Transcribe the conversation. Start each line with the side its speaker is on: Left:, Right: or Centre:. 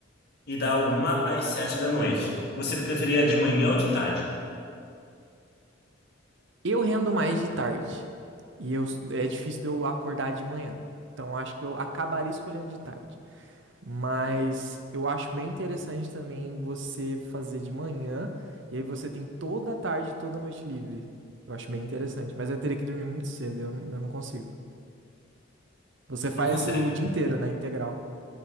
Left: e da uma às sete da noite. Você preferia de manhã ou de tarde?
Right: Eu rendo mais de tarde. E eu, é difícil de eu acordar de manhã. Então acho que eu acabaria escolhendo de tarde. Mas eu acho bem interessante também você fazer de manhã e aí você tem toda a tarde, e toda a noite livre. Eu acho bem interessante, mas eu teria que dormir muito cedo, eu não, eu não consigo. Você faz
Left: Não consegue.
Right: o dia inteiro, né, integral.